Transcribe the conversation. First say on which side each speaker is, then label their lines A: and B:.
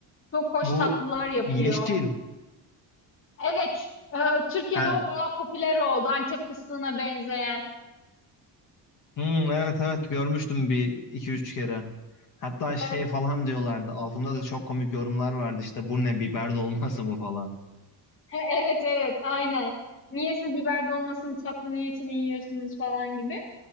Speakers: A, on the left (about 30°); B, on the left (about 45°).
A: çok hoş
B: Bu
A: tatlılar yapıyor.
B: yeşil.
A: Evet, e, Türkiye'de
B: He.
A: o bayağı popüler oldu. Antep fıstığına benzeyen.
B: Hmm, evet evet görmüştüm bir iki üç kere. Hatta şey
A: Evet, <laughs>
B: falan diyorlardı. Altında da çok komik yorumlar vardı. İşte bu ne biber dolması mı falan.
A: e- evet, evet, aynen. Niye siz biber dolmasının tatlı niyetini yiyorsunuz falan gibi.